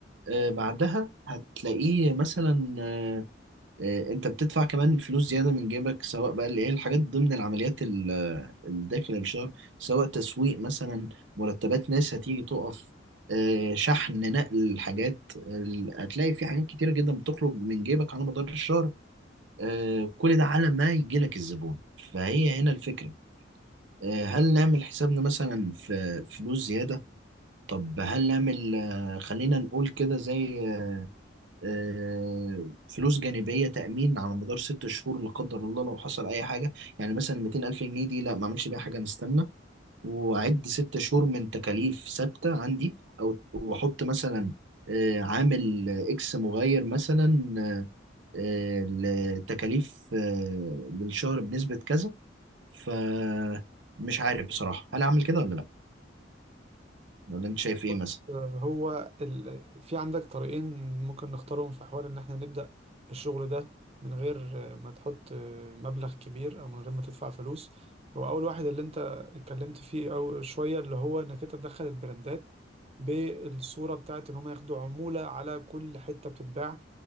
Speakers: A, on the right; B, on the right.
A: آه، بعدها هتلاقيه مثلا آه، آه، انت بتدفع كمان فلوس زياده من جيبك سواء بقى اللي هي الحاجات ضمن العمليات ال- ال- داخل الشهر سواء تسويق مثلا مرتبات ناس هتيجي تقف آه، شحن نقل حاجات ال- هتلاقي في حاجات كتيره جدا بتخرج من جيبك على مدار الشهر آه، كل ده على ما يجي لك الزبون فهي هنا الفكره آه، هل نعمل حسابنا مثلا في فلوس زياده طب هل نعمل آه، خلينا نقول كده زي آه، فلوس جانبية تأمين على مدار ست شهور لا قدر الله لو حصل أي حاجة يعني مثلا 200 ألف جنيه دي لا ما أعملش بيها حاجة أنا أستنى وأعد ست شهور من تكاليف ثابتة عندي أو وأحط مثلا آه، عامل إكس مغير مثلا آه، آه، لتكاليف آه، للشهر بنسبة كذا فمش عارف بصراحة هل أعمل كده ولا لأ ولا أنت شايف إيه
B: بص
A: مثلا
B: هو ال... في عندك طريقين ممكن نختارهم في حوار ان احنا نبدأ الشغل ده من غير ما تحط مبلغ كبير او من غير ما تدفع فلوس هو اول واحد اللي انت اتكلمت فيه او شوية اللي هو انك انت تدخل البراندات بالصورة بتاعت ان هم ياخدوا عمولة على كل حتة بتتباع